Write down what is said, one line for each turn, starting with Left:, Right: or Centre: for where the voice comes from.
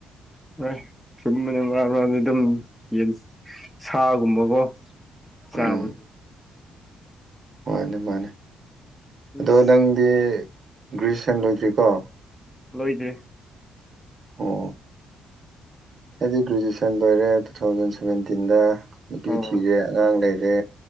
Centre: ꯂꯣꯏꯔꯦ ꯁꯨꯝꯕꯅ ꯃꯔꯥꯛ ꯃꯔꯥꯛꯗꯤ ꯗꯨꯝ ꯌꯦꯟꯁ ꯁꯥꯒꯨꯝꯕꯒꯣ ꯆꯥꯕ
Right: ꯎꯝ ꯃꯥꯅꯦ ꯃꯥꯅꯦ ꯑꯗꯣ
Centre: ꯑꯁ
Right: ꯅꯪ ꯗꯤ ꯒ꯭ꯔꯦꯁꯟ ꯂꯣꯏꯗ꯭ꯔꯤꯀꯣ
Centre: ꯂꯣꯏꯗꯦ
Right: ꯑꯣ ꯑꯩꯗꯤ ꯒ꯭ꯔꯦꯖꯨꯋꯦꯁꯟ ꯂꯣꯏꯔꯦ ꯇꯨ ꯊꯥꯎꯖꯟ ꯁꯚꯦꯟꯇꯤꯟꯗ ꯅꯨꯄꯤ
Centre: ꯑꯣ
Right: ꯊꯤꯔꯦ ꯑꯉꯥꯡ ꯂꯩꯔꯦ